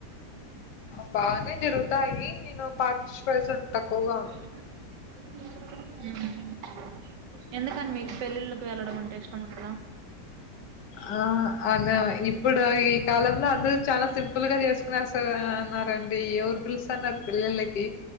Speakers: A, on the left; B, on the right.
A: బానే జరుగుతాయి నిను పాటిస్పేషన్ తక్కువగా ఉ
B: క మ్ స ఎందుకని మీకు పెళ్ళిళ్ళక్ వెళ్ళడం అంటే ఇష్టం ఉండదా
A: ఆ అదా ఇప్పుడు ఈ కాలంలో అందరు చాలా సింపుల్ గా చేసుకునే అస్ స అన్నారండి ఎవరు పిలుసాన్నార్ పెళ్ళిళ్ళకి